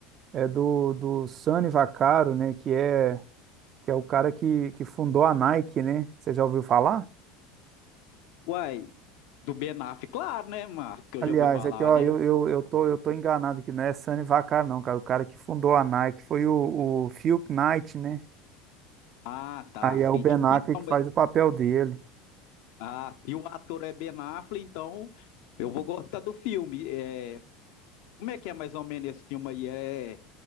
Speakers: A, on the right; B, on the left.
A: é do, do Sonny Vaccaro, né? Que é que é o cara que, que fundou a Nike, né? Você já ouviu falar?
B: Uai, do Ben Affleck, claro, né, Márcio? Que
A: Aliás,
B: eu já ouvi falar,
A: aqui, ó,
B: né?
A: eu, eu, eu tô, eu tô enganado aqui, não é Sani Vaccaro, não, cara. O cara que fundou a Nike foi o, o Phil Knight, né?
B: Ah, tá,
A: Aí
B: sim.
A: é o Ben Affleck
B: Então,
A: que
B: mas
A: faz o papel dele.
B: ah, se o ator é Ben Affleck, então eu vou gostar do filme. É, como é que é mais ou menos esse filme aí? É,